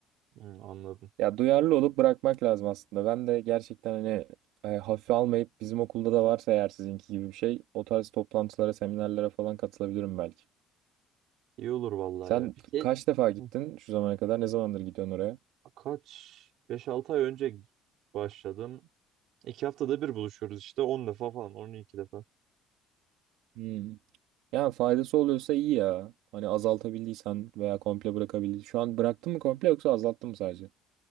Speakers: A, on the right (about 55°); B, on the right (about 75°).
A: hı, anladım.
B: Ya duyarlı olup bırakmak lazım aslında. Ben de gerçekten hani e, hafife almayıp bizim okulda da varsa eğer sizinki gibi bir şey o tarz toplantılara, seminerlere falan katılabilirim belki.
A: İyi olur vallahi
B: Sen
A: ya. Peki
B: kaç defa gittin
A: hı,
B: şu zamana kadar? Ne zamandır gidiyorsun oraya?
A: kaç? beş altı ay önce başladım. İki haftada bir buluşuyoruz işte 10 defa falan 12 defa.
B: Hmm. Yani faydası oluyorsa iyi ya. Hani azaltabildiysen veya komple bırakabildiysen. Şu an bıraktın mı komple yoksa azalttın mı sadece?